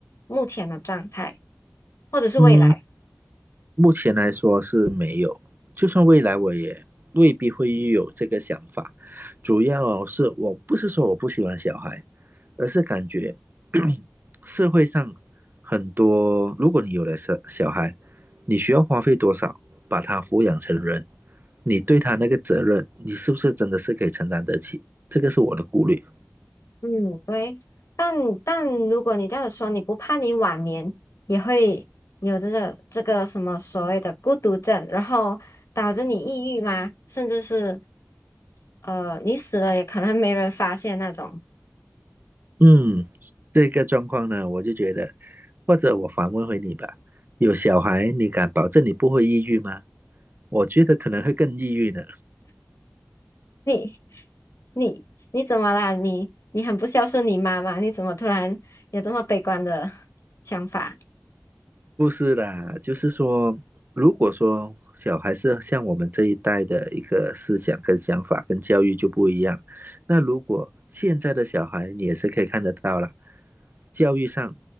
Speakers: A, on the left; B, on the right.
A: 目前的状态，或者是未来？
B: 嗯，目前来说是没有，就算未来我也未必会有这个想法。主要是我不是说我不喜欢小孩，而是感觉 <coughs> 社会上很多，如果你有了小小孩，你需要花费多少把他抚养成人，你对他那个责任，你是不是真的是可以承担得起？这个是我的顾虑。
A: 嗯，对，但但如果你这样说，你不怕你晚年也会有这个这个什么所谓的孤独症，然后导致你抑郁吗？甚至是呃，你死了也可能没人发现那种。
B: 嗯，这个状况呢，我就觉得，或者我反问回你吧，有小孩，你敢保证你不会抑郁吗？我觉得可能会更抑郁呢。
A: 你你你怎么啦？你你很不孝顺你妈妈，你怎么突然有这么悲观的 <laughs> 想法？
B: 不是啦，就是说，如果说小孩是像我们这一代的一个思想跟想法跟教育就不一样，那如果现在的小孩，你也是可以看得到啦，教育上、